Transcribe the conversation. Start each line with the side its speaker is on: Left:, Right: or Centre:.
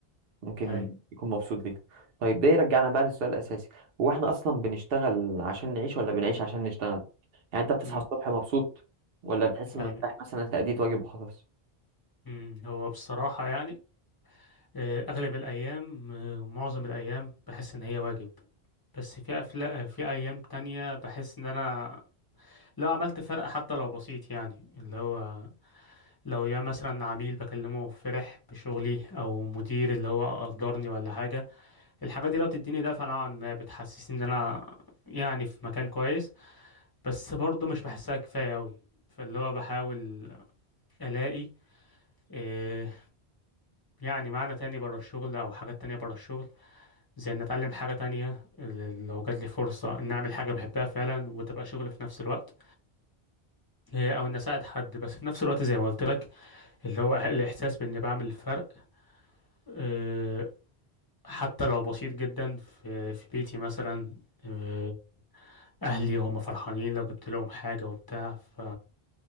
Right: ممكن
Left: ايوه
Right: يكون مبسوط بيها طيب ده يرجعنا بقى للسؤال الأساسي هو احنا أصلا بنشتغل عشان نعيش ولا بنعيش عشان نشتغل يعني أنت بتصحى
Left: امم
Right: الصبح مبسوط ولا بتحس إنك
Left: ايوه
Right: رايح مثلا تأديت واجب وخلاص
Left: امم هو بصراحة يعني آه، اغلب الايام آه، معظم الايام بحس ان هي واجب بس في أفلا في أيام تانية بحس إن أنا لو عملت فرق حتى لو بسيط يعني اللي هو لو يا مثلا عميل بكلمه فرح بشغلي او مدير اللي هو قدرني ولا حاجه الحاجات دي لو بتديني دفعه نوعا ما بتحسسني ان انا يعني في مكان كويس بس برضه مش بحسها كفايه قوي فاللي هو بحاول الاقي إيه يعني معنى تاني بره الشغل او حاجات تانية بره الشغل زي ان اتعلم حاجه تانية آه، لو جات لي فرصه ان اعمل حاجه بحبها فعلا وتبقى شغل في نفس الوقت إيه او ان اساعد حد بس في نفس الوقت زي ما قلت لك اللي هو الاحساس باني بعمل فرق آه، حتى لو بسيط جدا في في بيتي مثلا آه، اهلي هم فرحانين لو جبت لهم حاجه وبتاع ف